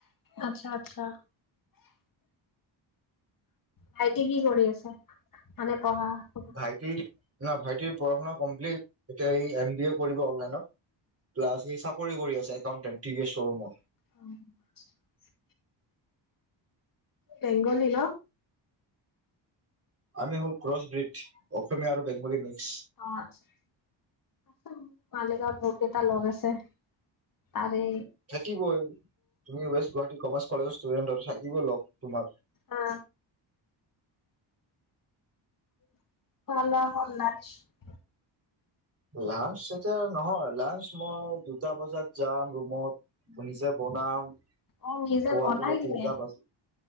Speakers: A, on the left; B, on the right.
A: আচ্ছা আচ্ছা। ভাইটি কি কৰি আছে মানে পঢ়া শুনা?
B: ভাইটি না ভাইটিৰ পঢ়া শুনা কমপ্লিট এতিয়া সি এম বি এ কৰিব অনলাইনত। প্লাছ এই চাকৰি কৰি আছে accountant T V S শ্ব'ৰুমত।
A: <inaudible> Bengali ন?
B: আমি হ'ল ক্ৰছব্ৰীড, অসমীয়া আৰু বেংগলী মিক্স।
A: অ, আচ্ছা, মালিগাঁৱত বহুতকেইটা লগ আছে তাৰে
B: থাকিবই, তুমি west Guwahati commerce college student হলেতো থাকিবই লগ তোমাৰ
A: অ <inaudible>
B: লাঞ্চ এতিয়া নহয়, লাঞ্চ মই দুটা বজাত যাম ৰুমত, নিজে ব প্ৰনাম,
A: অ নিজে
B: খোৱাটো
A: বনাই
B: বাৰু
A: কিনে
B: তিনটা বাজি